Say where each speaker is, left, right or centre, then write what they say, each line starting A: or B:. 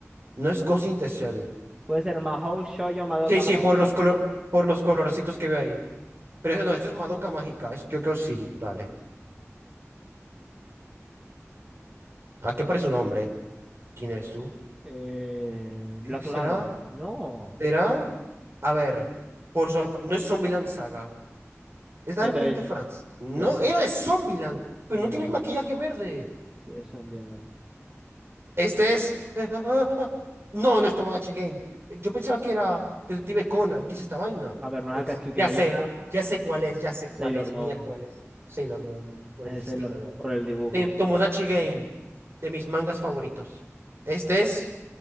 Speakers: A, on the right; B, on the right.
A: No es Ghost in the Shell.
B: Puede ser Mahou, Shoujo, Madoka
A: Sí, sí,
B: Mágica.
A: por los color, por los colorcitos que veo ahí. Pero eso no, esto es Madoka Mágica, es Kyoko City, vale. ¿A
B: Vale.
A: qué parece su nombre? ¿Quién eres tú?
B: Eh, Black
A: Eh, ¿Será?
B: Lagoon. No.
A: ¿Será? A ver, por su ap- no es Zombieland Saga, es Darling
B: Entonces,
A: in the France. No,
B: yes.
A: era de Zombieland,
B: Si
A: pero no
B: eres,
A: tiene el maquillaje verde.
B: si eres zombie hablando.
A: Este es. <laughs> No, no es Tomodachi Game. Yo pensaba que era Detective Conan. ¿Qué es esta vaina?
B: A ver, no
A: Es-
B: es Akatsuki
A: Ya
B: no
A: sé,
B: Yona.
A: ya sé cuál es, ya sé
B: Sailor
A: cuál es.
B: Moon.
A: Miércoles, Sailor Moon, por
B: Es
A: el estilo
B: Sailor Moon
A: de.
B: por el dibujo.
A: de Tomodachi Game, de mis mangas favoritos. Este es.